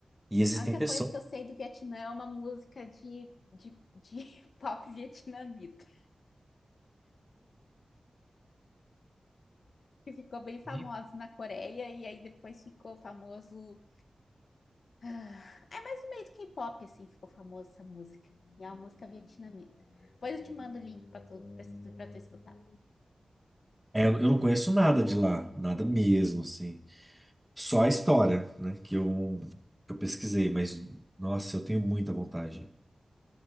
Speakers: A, in the centre; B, on the left.
A: E existem
B: A única
A: pessoas.
B: coisa que eu sei do Vietnã é uma música de, de, de <laughs> pop vietnamita, que ficou bem famosa
A: que-
B: na Coreia e aí depois ficou famoso. Ah, É mais no meio do K-pop, assim, ficou famosa essa música. E é uma música vietnamita. Depois eu te mando o link para tu, para tu escutar.
A: É, eu não conheço nada de lá, nada mesmo, assim. Só a história, né, que eu, que eu pesquisei, mas, nossa, eu tenho muita vontade.